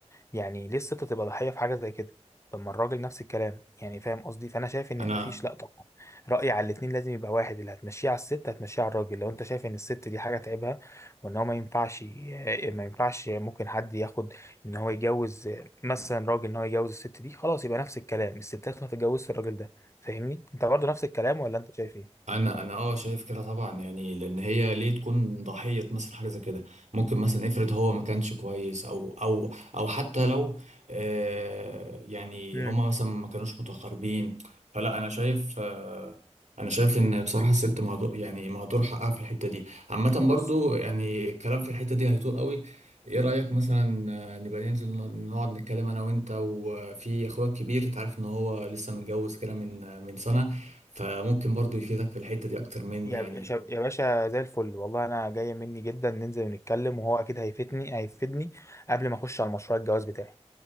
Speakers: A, on the left (about 25°); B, on the right (about 85°).
A: يعني ليه الست تبقى ضحية في حاجة زي كده طب ما الراجل نفس الكلام يعني فاهم قصدي فأنا شايف إن
B: انا
A: مفيش لأ طبعا رأيي على الاتنين لازم يبقى واحد اللي هتمشيه على الست هتمشيه على الراجل لو أنت شايف إن الست دي حاجة تعبها وإن هو ما ينفعش ي- ما ينفعش ممكن حد ياخد إن هو يجوز آه، مثلا راجل إن هو يجوز الست دي خلاص يبقى نفس الكلام الستات ما تتجوزش الراجل ده فاهمني أنت برضه نفس الكلام ولا أنت شايف إيه؟
B: انا انا اه شايف كده طبعا يعني لان هي ليه تكون ضحيه مثلا حاجه زي كده ممكن مثلا افرض هو ما كانش كويس او او او حتى لو آه يعني
A: مم.
B: هما مثلا ما كانوش متقاربين فلا انا شايف آه انا شايف ان بصراحه الست مهدور يعني مهدور حقها في الحته دي عامه
A: بص
B: برضو يعني الكلام في الحته دي هيطول قوي ايه رايك مثلا آه، نبقى ننزل نقعد نتكلم انا وانت وفي اخويا الكبير تعرف ان هو لسه متجوز كده من من سنه فممكن برضو يفيدك في الحتة دي أكتر مني
A: يا
B: يعني
A: باشا يا باشا زي الفل والله انا جايه مني جدا ننزل ونتكلم وهو اكيد هيفيدني هيفيدني قبل ما اخش على مشروع الجواز بتاعي